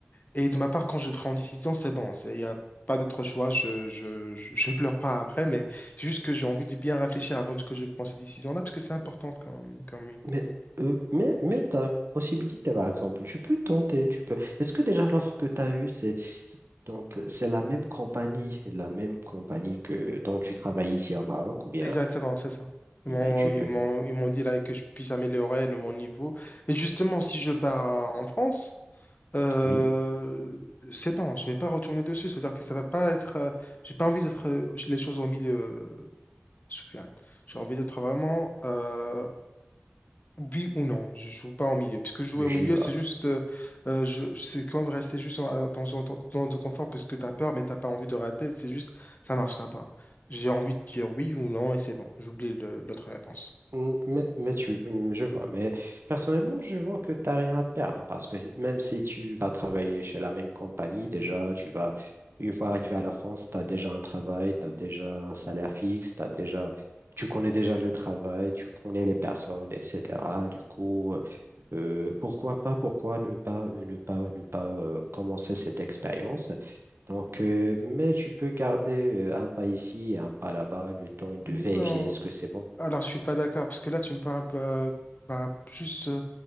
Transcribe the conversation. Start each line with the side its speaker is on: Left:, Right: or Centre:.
Left: Et de ma part, quand je prends une décision, c'est bon. C'est, il y a pas d'autre choix. Je, je, je, je pleure pas après, mais c'est juste que j'ai envie de bien réfléchir avant que je prenne cette décision-là, parce que c'est important comme, comme
Right: Mais, euh, mais, mais tu as une possibilité, par exemple. Tu peux tenter, tu peux. Est-ce que déjà l'offre que tu as eue, c'est c'est- donc c'est la même compagnie, la même compagnie que dont tu travailles ici au Maroc, ou bien,
Left: Exactement, c'est ça. Ils
Right: mais
Left: m'ont,
Right: tu peux.
Left: ils m'ont, ils m'ont dit là que je puisse améliorer le, mon niveau. Mais justement, si je pars euh, en France, euh,
Right: Oui,
Left: c'est bon, je vais pas retourner dessus. C'est-à-dire que ça va pas être. euh, j'ai pas envie d'être euh, les choses au milieu, euh, Soufiane. J'ai envie d'être vraiment euh, oui ou non, je joue pas en milieu. puisque jouer
Right: je
Left: au milieu,
Right: vois.
Left: c'est juste, euh, euh, je, je- c'est quand même rester juste en- dans ton ton- ton zone de confort parce que tu as peur, mais t'as pas envie de rater. C'est juste, ça marchera pas. J'ai envie de dire oui ou non et c'est bon. J'oublie le- l'autre réponse.
Right: Mm, Mais, mais tu, mm, je vois, mais personnellement, je vois que tu n'as rien à perdre parce que même si tu vas travailler chez la même compagnie, déjà, tu vas, une fois arrivé à la France, tu as déjà un travail, tu as déjà un salaire fixe, t'as déjà, tu connais déjà le travail, tu connais les personnes, etc. Du coup, euh, pourquoi pas, pourquoi ne pas, ne pas, ne pas euh, commencer cette expérience? Donc, euh, mais tu peux garder euh, un pas ici et un pas là-bas, le temps de
Left: Non,
Right: vérifier est-ce que c'est bon.
Left: alors je suis pas d'accord parce que là tu me parles pas- bah, juste euh,